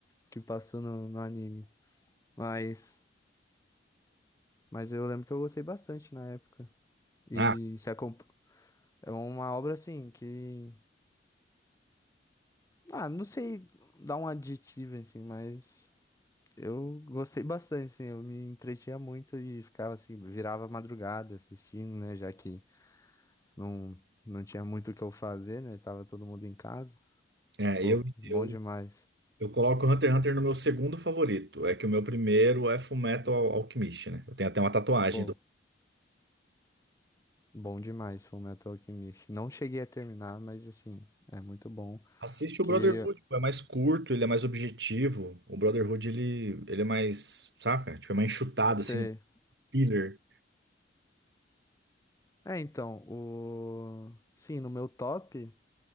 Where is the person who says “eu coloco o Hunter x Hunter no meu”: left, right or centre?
Right